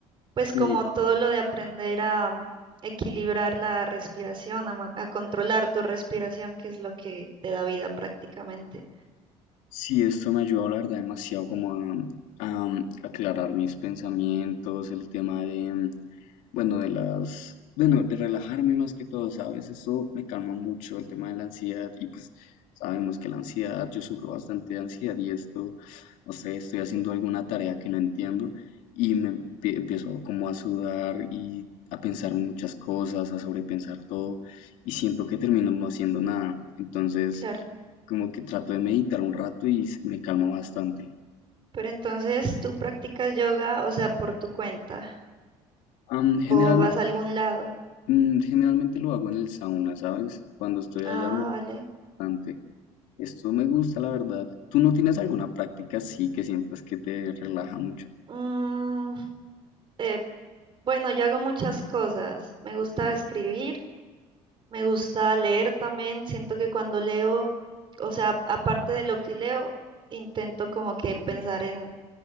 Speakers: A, on the right; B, on the left.
A: pues
B: sí,
A: como todo lo de aprender a equilibrar la respiración, a, ma- a controlar tu respiración, que es lo que te da vida prácticamente.
B: sí, esto me ayudó, la verdad, demasiado como a, a aclarar mis pensamientos, el tema de, Bueno, de las, bueno, de relajarme más que todo, ¿sabes? Eso me calma mucho el tema de la ansiedad y pues sabemos que la ansiedad, yo sufro bastante de ansiedad y esto, no sé, estoy haciendo alguna tarea que no entiendo y me empie- empiezo como a sudar y a pensar muchas cosas, a sobrepensar todo y siento que termino no haciendo nada. Entonces,
A: Claro.
B: como que trato de meditar un rato y s- me calmo bastante.
A: Pero entonces tú practicas yoga, o sea, por tu cuenta,
B: Am, generalmente,
A: o vas a algún lado.
B: mm, generalmente lo hago en el sauna, ¿sabes? Cuando estoy
A: Ah,
B: allá
A: vale.
B: bastante. Esto me gusta, la verdad. ¿Tú no tienes alguna práctica así que sientas que te relaja mucho?
A: Mm, eh, bueno, yo hago muchas cosas. Me gusta escribir, me gusta leer también. Siento que cuando leo, o sea, aparte de lo que leo, intento como que pensar en